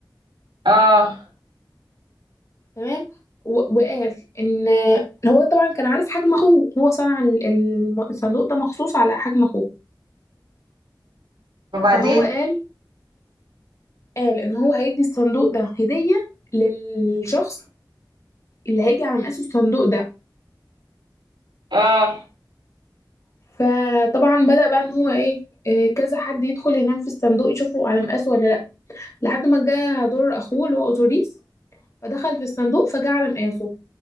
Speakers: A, on the right; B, on the left.
A: اه
B: تمام و- وقال ان هو طبعا كان عارف حجم اخوه هو صنع ال- الم- الصندوق ده مخصوص على حجم اخوه
A: وبعدين
B: فهو قال قال ان هو هيدي الصندوق ده هدية للشخص اللي هيجي على مقاس الصندوق ده
A: اه
B: فطبعا بدأ بقى ان هو ايه آه، كذا حد يدخل ينام في الصندوق يشوفه على مقاسه ولا لا لحد ما جه دور اخوه اللي هو اوزوريس فدخل في الصندوق فجعل مقاسه